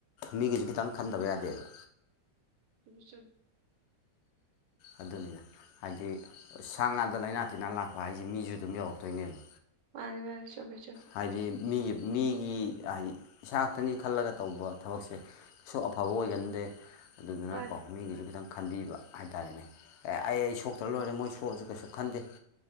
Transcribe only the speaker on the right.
ꯁꯤꯒꯤꯁꯨ
ꯃꯥ ꯃꯥꯅꯤꯁꯨꯨꯕ ꯆꯣꯦ
ꯃꯥꯅꯤ